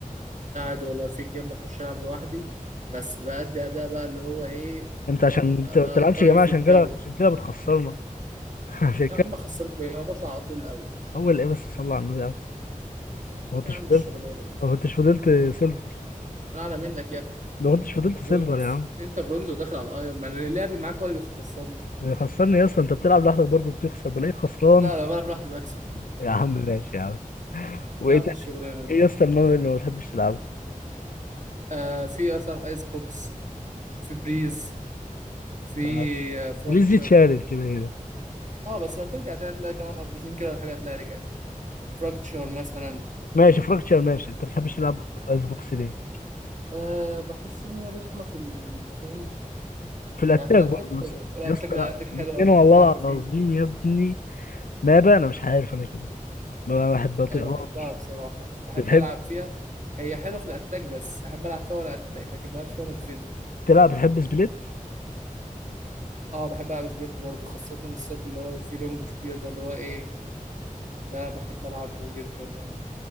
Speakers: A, on the right; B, on the left.
A: لا عادي والله في الجيم بخش العب لوحدي بس بأدي اداء بقى اللي هو ايه
B: انت
A: ببقى
B: عشان بت- ما بتلعبش
A: طاير
B: جماعي
A: في
B: عشان
A: الجو
B: كده عشان كده بتخسرنا <laughs> عشان كده
A: يا عم بخسركوا ايه ما بطلع على طول الاول
B: اول ايه بس صلى على النبي يا عم ما كنتش
A: يا عم
B: فضلت
A: الشغلانة دي
B: ما كنتش فضلت سيلفر
A: انا اعلى منك يا ابني
B: ما كنتش فضلت
A: انت برونز
B: سيلفر يا عم
A: انت برونز وداخل على الايرون مان اللعب معاك ولا بيخسرني
B: إيه، خسرني يا اسطى انت بتلعب لوحدك برضه بتخسر بلاقيك خسران
A: لا لو بلعب لوحدي بكسب
B: يا عم ماشي يا عم وايه
A: يا عم
B: تاني
A: الشغلانه دي
B: ايه يا اسطى المهم اللي ما بتحبش تلعبه
A: آه في مثلا ايس بوكس في بريز في
B: ف-
A: آه فراكتشر
B: بليز دي اتشالت كده كده
A: اه بس هترجع تاني هتلاقي كمان قبضتين كده الحاجه هتلاقي رجعت فراكتشر مثلا
B: ماشي فراكتشر ماشي انت ما بتحبش تلعب ايس بوكس ليه
A: آه بحس ان هي رخمه في الديفند
B: في الاتاك
A: يعني في الاتاك
B: برضه يا
A: حلوه
B: اسطى
A: الاتاك
B: يا اسطى
A: الاتاك
B: لا
A: حلوه
B: الاثنين
A: لو
B: والله
A: بتلعب بفين
B: العظيم يا ابني ما بقى انا مش عارف انا كده ما بحب اطيقهاش
A: انا بحبها بصراحه بحب
B: بتحب
A: العب فيها هي حلوه في الاتاك بس احب العب فيها وانا اتاك لكن ما بلعبش وانا ديفند
B: تلعب بتحب سبليت
A: اه بحب العب سبريت برضه خاصة السيت اللي هو فيه لونج كتير ده اللي هو ايه ده بحب العبه جدا يعني